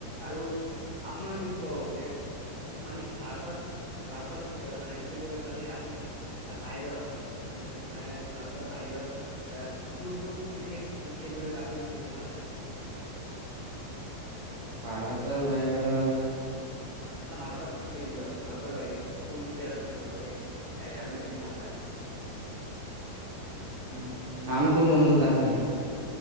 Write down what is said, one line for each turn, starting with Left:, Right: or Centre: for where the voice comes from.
Left: আৰু আপোনাক যদি কওঁ যে মানে ভাৰতত ভাৰতৰ মানে খেলুৱৈ বাদে আপুনি, বাহিৰৰ উম, মানে ভাৰতৰ বাহিৰৰ। এ কোনটো ক্ৰিকেট খেলুৱৈক আপুনি বেছি ভাল পায়
Right: ভাৰতৰ বাহিৰৰ
Left: মানে ভাৰতৰক এৰি দিয়ক, ভাৰতৰ বাহিৰে কোনটো প্লেয়াৰক বেছি ভালকে এ, মানে বেছি ভাল পায়?
Right: উম নামটো মনত অহা নাই